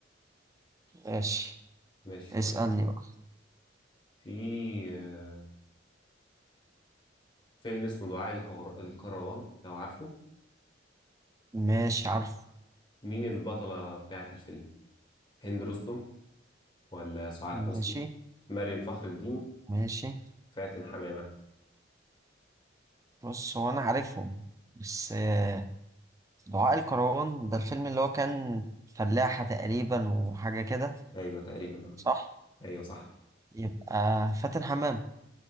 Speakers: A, on the right; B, on the left.
A: ماشي
B: ماشي
A: اسألني
B: طيب
A: بقى
B: في آه، فيلم اسمه دعاء الكور- الكروان لو عارفه
A: ماشي عارف
B: مين البطلة بتاعة الفيلم هند رستم ولا سعاد حسني
A: ماشي
B: مريم فخر الدين
A: ماشي
B: فاتن حمامة
A: بص هو أنا عارفهم بس آه، دعاء الكروان ده الفيلم اللي هو كان فلاحة تقريبا وحاجة كده
B: ايوه تقريبا آه.
A: صح
B: ايوه صح
A: يبقى فاتن حمام